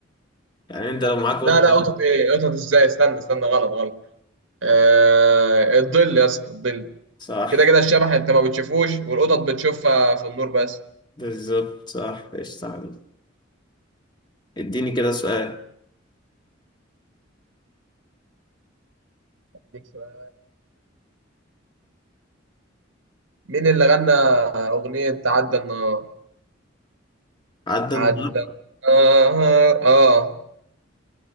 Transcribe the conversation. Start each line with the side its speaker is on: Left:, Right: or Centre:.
Left: يعني انت لو معاك قطة
Right: لا لا قطط ايه قطط ازاي استنى استنى غلط غلط آه... الظل يا اسطى الظل
Left: صح
Right: كده كده الشبح انت ما بتشوفوش والقطط بتشوفها في النور بس
Left: بالظبط صح ايش تعليم اديني كده سؤال
Right: أديك سؤال. مين اللي غنى أغنية عدى النهار
Left: عدى النهار
Right: عدى النهار اه